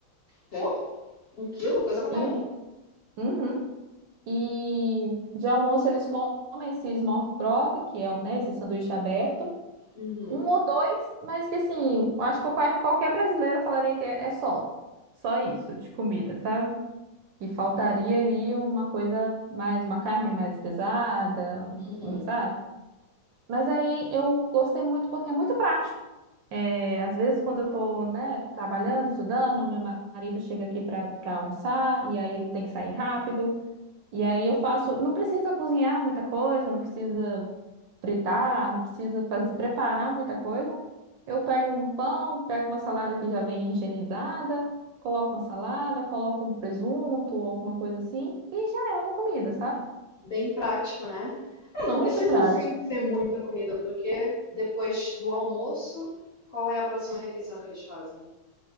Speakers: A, on the left (about 35°); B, on the right (about 70°).
A: Pô, um quilo, coisa pra caramba.
B: E, uhum. E de almoço eles comem esse smorgasbord, que é, um, né, esse sanduíche aberto.
A: uhum,
B: Um ou dois, mas que assim, eu acho que qualquer, qualquer brasileiro falaria que é, é só. Só isso de comida, sabe? Que faltaria ali uma coisa mais, uma carne mais pesada, um-
A: uhum.
B: um, sabe? Mas aí eu gostei muito porque é muito prático. É, às vezes, quando eu estou, né, trabalhando, estudando, meu marido chega aqui para para almoçar e aí ele tem que sair rápido. E aí eu faço. Não precisa cozinhar muita coisa, não precisa fritar, não precisa fazer, preparar muita coisa. Eu pego um pão, pego uma salada que já vem higienizada, coloco uma salada, coloco um presunto ou alguma coisa assim e já é uma comida, sabe?
A: Bem prático, né? É, não
B: Muito
A: precisa
B: prático.
A: assim ser muita comida, porque depois do almoço, qual é a próxima refeição que eles fazem?